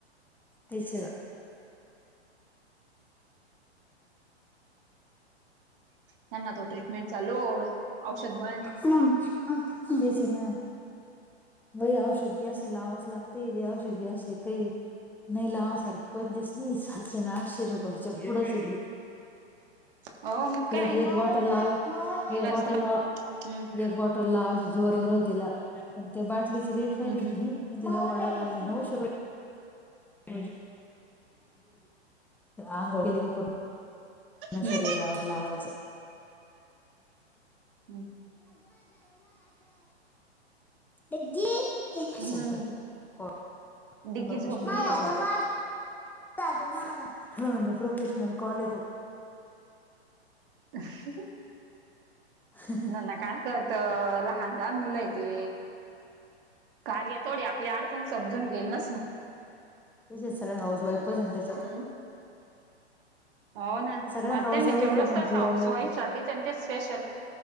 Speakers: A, in the centre; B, on the right.
A: तेच
B: त्यांना तो ट्रीटमेंटचा लोड औषध व
A: ह बस ह वई औषध बी असे लावाच लागते तेे औषध बी असे काही नाही लावासारखे कोणतीस नाही सातशे ना आठशे रुपयाच्या पुढं चिडली.
B: हो मग
A: तिला
B: काय
A: ते एक बॉटल ला एक
B: इलाज
A: बॉटल
B: तर हम्म
A: एक बॉटल ला जीवावर येऊ राहिले तिला पण त्या बाटलीची रेट पाहिली.
B: हम्म हम्म
A: तिला वरडायला लागली नऊशे रुपये. <unintelligible> आंगो पूर्ण पूण
B: हम्म
A: शरीर लावायच.
B: हम्म.
A: <inaudible>
B: हम्म डिग्गी झोपली
A: म्हटलं प्रोफेशनल कॉले तो.
B: <inaudible>
A: हम्म
B: मुलाना काय कळतं लहान लहान मुल आहे ते. कार्य थोडी आपली अडचण समजून घेईलस ना.
A: त्या सगळ्या हाऊस वाईफच त्याच्या.
B: हम्म हो ना
A: सगळ्या
B: मग
A: हाऊस
B: त्यांनी
A: वाईफ
B: ठेवलंच
A: आहे म्हंटलं
B: तस हाऊस वाईफ साठी त्यांचे स्पेशल.